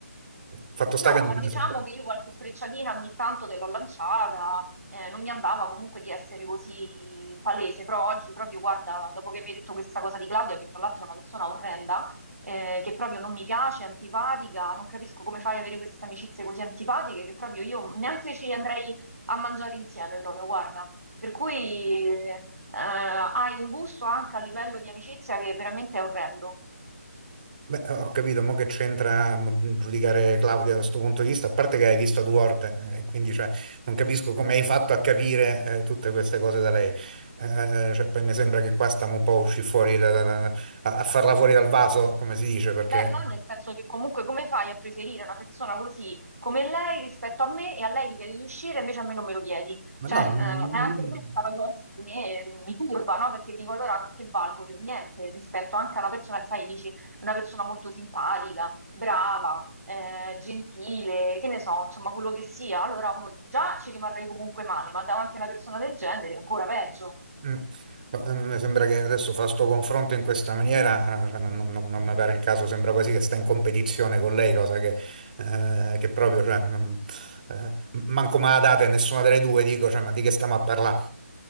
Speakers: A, on the right; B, on the right.
A: fatto sta
B: No,
A: che non
B: ma
A: me
B: diciamo
A: ne sono accorto.
B: che io qualche frecciatina ogni tanto te l'ho lanciata, eh, non mi andava comunque di essere così palese, però oggi proprio, guarda, dopo che mi hai detto questa cosa di Claudia, che tra l'altro è una persona orrenda, eh, che proprio non mi piace, è antipatica, non capisco come fai ad avere queste amicizie così antipatiche, che proprio io neanche ci andrei a mangiare insieme, proprio, guarda. Per cui eh, hai un gusto anche a livello di amicizia che veramente è orrendo.
A: Beh, ho capito, mo che c'entra mm, giudicare Claudia da questo punto di vista, a parte che hai visto due volte, eh, quindi cioè, non capisco come hai fatto a capire eh, tutte queste cose da lei. Eh, cioè, poi mi sembra che qua stiamo un po' usci fuori da- da- da- a, a farla fuori dal vaso, come si dice, perché...
B: Beh, no, nel senso che comunque come fai a preferire una persona così come lei rispetto a me e a lei gli chiedi di uscire, invece a me non me lo chiedi.
A: Ma
B: Cioè,
A: no, mm,
B: eh, è anche
A: mm,
B: questa la cosa che mi, mi turba, no? Perché dico allora che valgo io? Niente, rispetto anche a una persona che sai, dici, una persona molto simpatica, brava, eh, gentile, che ne so, insomma, quello che sia. Allora uno già ci rimarrei comunque male, ma davanti a una persona del genere è ancora peggio.
A: Mm. No, eh, Mi sembra che adesso fa sto confronto in questa maniera, eh, cioè, non, non- non- non mi pare il caso, sembra quasi che sta in competizione con lei, cosa che, eh, che proprio, cioè, non- eh, manco me la date nessuna delle due, dico, cioè, ma di che stiamo a parlare?